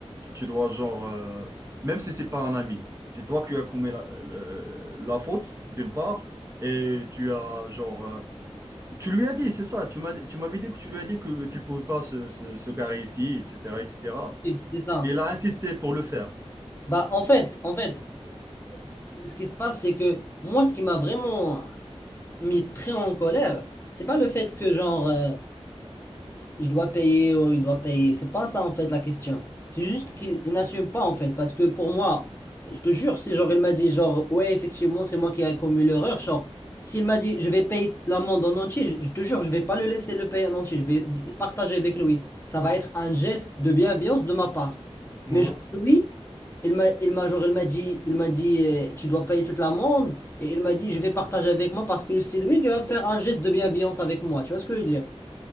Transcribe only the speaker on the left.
Oui, C'est ça.
Bah, en fait, en fait, ce, qui ce qui se passe, c'est que moi, ce qui m'a vraiment mis très en colère, c'est pas le fait que genre euh, je dois payer ou il doit payer. C'est pas ça en fait la question. C'est juste qu'il il n'assume pas en fait. Parce que pour moi, je te jure, si genre il m'a dit genre ouais, effectivement, c'est moi qui ai commis l'erreur, genre s'il m'a dit je vais payer l'amende en entier, je, je te jure, je vais pas le laisser le payer en entier. Je vais d- partager avec lui. Ça va être un geste de bienveillance de ma part.
Mais genre, lui, il m'a il m'a genre il m'a dit il m'a dit euh, tu dois payer toute l'amende et il m'a dit je vais partager avec moi parce que c'est lui qui va faire un geste de bienveillance avec moi. Tu vois ce que je veux dire?